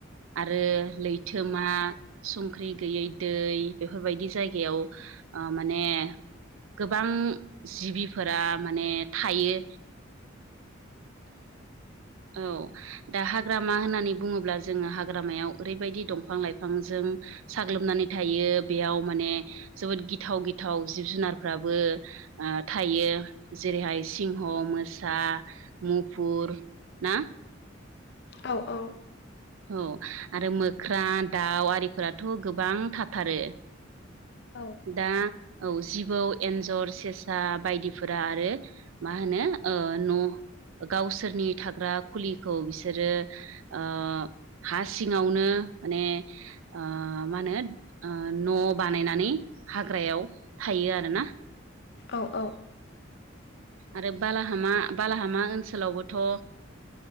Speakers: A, on the right; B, on the left.
A: आरो लैथोमा संख्रि गैयै दै बेफोरबायदि जायगायाव माने गोबां जिबिफोरा माने थायो। औ दा <unintelligible> हाग्रामा होननानै बुङोब्ला जोङो हाग्रामायाव ओरैबायदि दंफां- लाइफांजों साग्लोबनानै थायो बेयाव माने जोबोद गिथाव- गिथाव जिब -जुनार <unintelligible> थायो जेरैहाय सिंह, मोसा मुफुर ना?
B: औ -औ।
A: औ, आरो मोख्रा, दाउ आरिफोराथ' गोबां थाथारो।
B: औ।
A: दा औ जिबौ, एन्जर, सेसा बायदिफोरा आरो मा होनो न' गावसोरनि थाग्रा खुलिखौ बिसोरो ओ हा सिङावनो माने ओ मा होनो ओ न' बानायनानै हाग्रायाव थायो आरोना।
B: औ -औ।
A: आरो बालाहामा -बालाहामा ओनसोलावबोथ' ओ